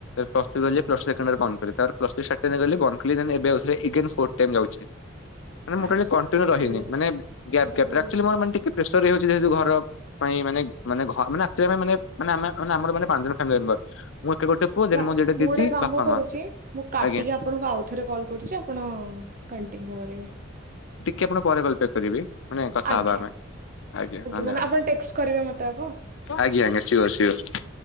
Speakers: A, on the left; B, on the right.
A: ପ୍ଲସ ଥ୍ରୀ କଲି
B: ଆଚ୍ଛା
A: ପ୍ଲସ ଥ୍ରୀ ସେକେଣ୍ଡ ଇଅର୍ ବନ୍ଦ୍ କଲି। ତାର ପ୍ଲସ ଥ୍ରୀ ସେକେଣ୍ଡ ୟିଅର ଦେଲି ବନ୍ଦ କଲି ଏବେ ଆଉସ୍‌ରେ ଇଗେନ୍ ସ୍ପଟେନ ଯାଉଚି। ମାନେ ମୁଁ
B: ଆଚ୍ଛା।
A: କେବେ କଣ୍ଟିନ୍ୟୁ ରହିନୀ।
B: ହୁଏ
A: ଗ୍ୟାପ
B: ଆଚ୍ଛା
A: ଗ୍ୟାପ୍
B: ହୁଏ
A: ଆକଚୁଆଲି
B: ଆଚ୍ଛା
A: ମୋର ଟିକେ ପ୍ରେସର ହେଇଯାଉଛି ଯେହତୁ ଘର। ପାଇଁ ମାନେ ମାନେ ମାନେ ଆ ଆମ ମାନେ ଅନା ଆମର ପାଞ୍ଚ ଜଣ ମେମ୍ବର ମୁଁ ଏଠି ଗୋଟେ ପୁଅ
B: ଆଛା
A: ଦେନ୍ ମୋ ଦିଟା
B: ମୁଁ
A: ଦିଦି
B: ଗୋଟେ କାମ
A: ବାପା
B: କରୁଛି
A: ମା
B: ମୁଁ କାଟିକି
A: ଆଜ୍ଞା
B: ଆପଣଙ୍କୁ ଆଉ ଥରେ କଲ କରୁଛି। ଆପଣ କଣ୍ଟିନ୍ୟୁ କରିବେ।
A: କେବଳ ପରେ କଲ ବ୍ୟାକ କରିବି ମାନେ କଥା
B: ଆଜ୍ଞା
A: ହବା ଆମେ ଆଜ୍ଞା ଧନ୍ୟବାଦ।
B: ମାନେ ଆପଣ ଟେକ୍ସଟ କରିବେ ମତେ ଆଗ।
A: ଆଜ୍ଞା ଆଜ୍ଞା ସିଓର ସିଓର।